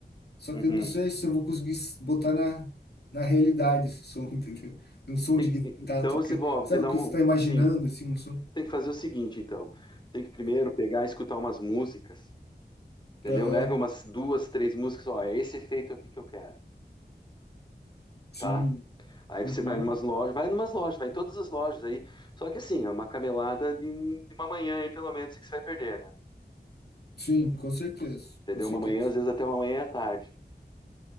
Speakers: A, on the left; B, on the left.
A: Só
B: uhum.
A: que eu não sei se eu vou conseguir botar na, na realidade esse som, <laughs> entendeu? É Um som
B: Tem
A: de guitarra,
B: que- Então
A: tu
B: você
A: que-
B: ó, vou
A: sabe
B: te dar
A: o que
B: um.
A: você está imaginando,
B: Sim. Você
A: assim, um som?
B: tem que fazer o seguinte, então. Tem que primeiro pegar e escutar umas músicas. Entendeu?
A: Aham,
B: Leva umas duas, três músicas. Ó, é esse efeito aqui que eu quero.
A: sim,
B: Tá? Aí
A: uhum,
B: você vai em umas lojas, vai em umas lojas, vai em todas as lojas aí. Só que assim, é uma camelada de, de uma manhã aí, pelo menos, que você vai perder, né?
A: sim, com certeza,
B: Entendeu?
A: com certeza.
B: Uma manhã, às vezes até uma manhã à tarde.